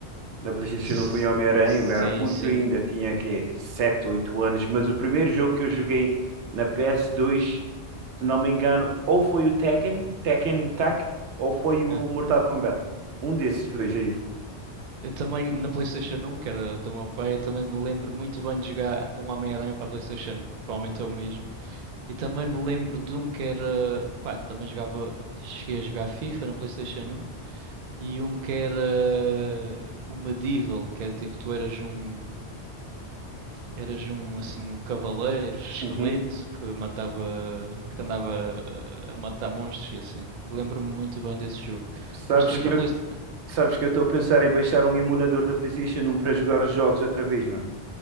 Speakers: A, on the right; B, on the right.
A: Na PlayStation
B: S-
A: 1 fui Homem-Aranha,
B: Sim,
A: eu era puto
B: sim.
A: ainda, tinha que 7 8 anos, mas o primeiro jogo que eu joguei na ps dois se não me engano, ou foi o Tekken, Tekken Tag, ou foi o
B: Ah,
A: Mortal Kombat. Um desses dois aí.
B: eu também, na PlayStation 1, que era do meu pai, eu também me lembro muito bem de jogar um Homem-Aranha para a PlayStation, provavelmente é o mesmo. E também me lembro de um que era. Pá, também jogava. Cheguei a jogar FIFA na PlayStation 1. E um que era. O Medieval, que era tipo, tu eras um. Eras um, assim, um cavaleiro, esqueleto,
A: Uhum.
B: que matava. Que andava a a matar monstros e assim. Lembro-me muito bem desse jogo.
A: Sabes
B: Mas depois
A: que
B: para a
A: eu,
B: PlayStation.
A: sabes que eu estou a pensar em baixar um emulador da PlayStation um para jogar os jogos outra vez, mano.